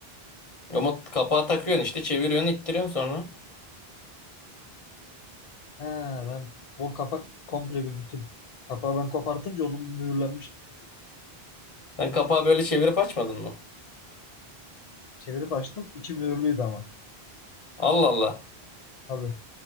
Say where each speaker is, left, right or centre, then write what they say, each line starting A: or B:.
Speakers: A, on the left; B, on the left.
A: Ama kapağı takıyorsun işte. Çeviriyorsun ittiriyorsun sonra.
B: He, ben o kapak komple bir bütün. Kapağı ben kopartınca onun bir mühürlenmiş gibi düşündüm.
A: Sen kapağı böyle çevirip açmadın mı?
B: Çevirip açtım. içi mühürlüydü ama.
A: Allah Allah.
B: Tabii.